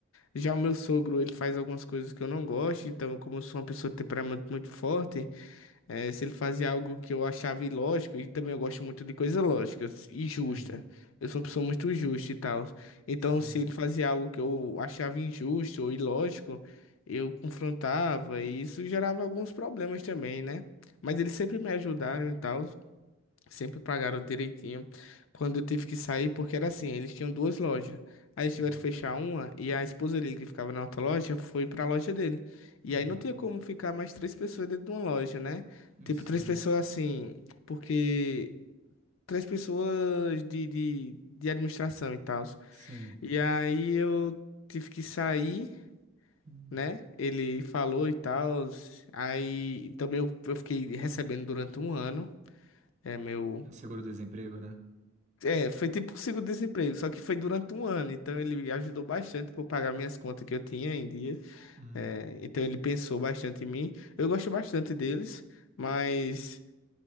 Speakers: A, on the left; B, on the right.
A: Já o meu sogro, ele faz algumas coisas que eu não gosto, então, como eu sou uma pessoa de temperamento muito forte. É, se ele fazia algo que eu achava ilógico, e também eu gosto muito de coisa lógica e justa.
B: Hum,
A: Eu sou uma pessoa muito justa e tal. Então,
B: sim.
A: se ele fazia algo que eu achava injusto ou ilógico, eu confrontava e isso gerava alguns problemas também, né? Mas eles sempre me ajudaram e tal. Sempre pagaram direitinho. Quando eu tive que sair, porque era assim, eles tinham duas lojas. Aí eles
B: Hum,
A: tiveram que fechar uma e a esposa dele, que ficava na outra loja, foi pra loja dele. E
B: hum,
A: aí não tinha como ficar mais três pessoas dentro de uma loja, né? Tipo,
B: sim.
A: três pessoas assim, porque três pessoas de, de, de administração e tal.
B: Sim.
A: E aí eu tive que sair,
B: Uhum.
A: né? Ele falou e tal. Aí também eu, eu fiquei recebendo durante um ano. É meu.
B: É Seguro-desemprego, né?
A: É, foi tipo seguro-desemprego, só que foi durante um ano, então ele ajudou bastante para pagar minhas contas que eu tinha em dia.
B: Uhum.
A: É, então ele pensou bastante em mim. Eu gosto bastante deles, mas